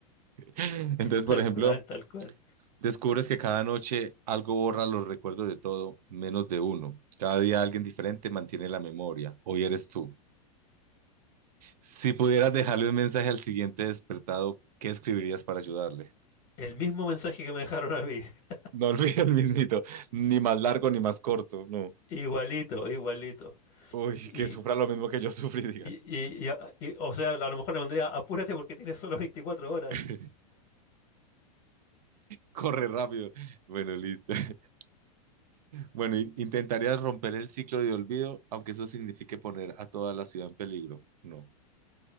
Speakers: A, on the right; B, on the left.
A: Entonces,
B: tal
A: por ejemplo,
B: cual, tal cual.
A: descubres que cada noche algo borra los recuerdos de todo, menos de uno. Cada día alguien diferente mantiene la memoria. Hoy eres tú. Si pudieras dejarle un mensaje al siguiente despertado, ¿qué escribirías para ayudarle?
B: El mismo mensaje que me dejaron a mí. <laughs>
A: No <laughs> olvides el mismito, ni más largo ni más corto, no.
B: Igualito, igualito.
A: Uy,
B: Y
A: que sufra lo mismo que yo sufrí, diga.
B: Y, y- y a- y, o sea, a lo mejor le pondría apúrate porque tienes solo 24 horas.
A: <laughs> Corre rápido. Bueno, listo. <laughs> Bueno, i- intentarías romper el ciclo de olvido, aunque eso signifique poner a toda la ciudad en peligro. No.